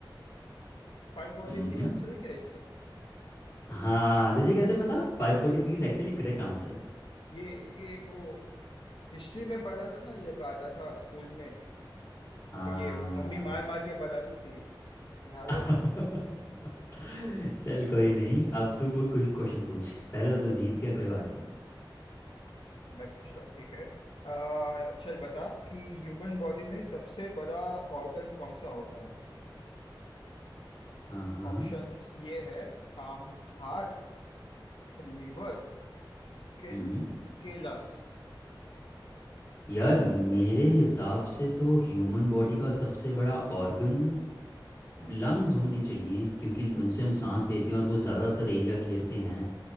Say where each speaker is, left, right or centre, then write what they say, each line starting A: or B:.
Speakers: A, on the left (about 80°); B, on the left (about 25°).
A: फाइव फोर्टी
B: हम्म
A: थ्री आंसर है क्या इसका
B: हाँ तुझे कैसे पता five forty three is actually correct answer
A: ये ये वो हिस्ट्री में पढ़ा था ना जब आता था स्कूल में
B: हाँ
A: ये मम्मी मार मार के पढ़ाती थी ये याद
B: <laughs>
A: है
B: चल कोई नहीं अब तू पू- कुछ क्वेश्चन पूछ पहले तो तू जीत गया कोई बात नहीं
A: मैं पूछता हूँ ठीक है अह, चल बता कि ह्यूमन बॉडी में सबसे बड़ा ऑर्गन कौन सा होता है
B: हाँ हाँ
A: ऑप्शंस ये है हम हार्ट लिवर स्किन
B: हम्म
A: के लंग्स
B: यार मेरे हिसाब से तो ह्यूमन बॉडी का सबसे बड़ा ऑर्गन लंग्स होने चाहिए क्योंकि उनसे हम सांस लेते हैं और वो ज़्यादातर एरिया घेरते हैं